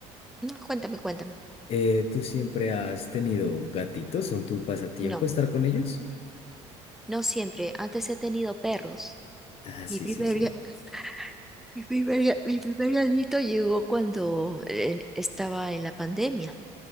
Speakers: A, in the centre; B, on the left.
A: No, cuéntame, cuéntame.
B: eh, ¿tú siempre has tenido gatitos? ¿Son tu pasatiempo
A: No,
B: estar con ellos?
A: no siempre. Antes he tenido perros.
B: Ah,
A: Mi
B: sí,
A: primer,
B: sí, sí.
A: ga- <laughs> mi primer, ga- mi primer gatito llegó cuando eh, estaba en la pandemia.